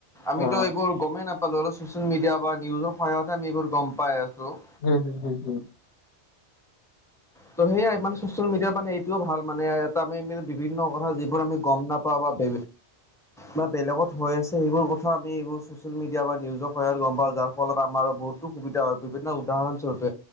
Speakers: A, in the centre; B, on the left (about 75°).
A: আমিতো
B: অ
A: এইবোৰ গমেই না ছচিয়েল মিডিয়া বা নিউজৰ সহায়তে আমি এইবোৰ গম পাই আছোঁ।
B: হুম, হুম, হুম, হুম।
A: ত' সেয়াই মানে ছচিয়েল মিডিয়াৰ মানে এইটোও ভাল মানে এটা আমি মানে বিভিন্ন কথা যিবোৰ আমি গম নাপাওঁ বা ভে বা বেলেগত হৈ আছে সেইবোৰ কথা আমি এইবোৰ ছচিচেল মিডিয়া বা নিউজৰ সহায়ত গম পাই যাওঁ। ফলত আমাৰো বহুতো সুবিধা হয়, বিভিন্ন উদাহৰণস্বৰপে